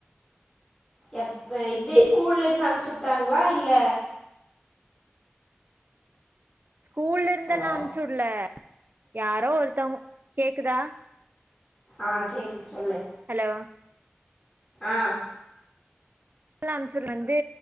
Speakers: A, on the left; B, on the right.
A: எப்ப இதே ஸ்கூல்ல இந்து அனுப்புச்சு விட்டாங்களா இல்ல
B: ஸ்கூல்ல இருந்தெல்லா
A: ஹலோ
B: அம்ச்சுவிடல யாரோ ஒருத்தவங் கேக்குதா
A: ஆஹ் கேக்குது சொல்லு
B: ஹலோ
A: ஆஹ்
B: லம்ச்சர் வந்து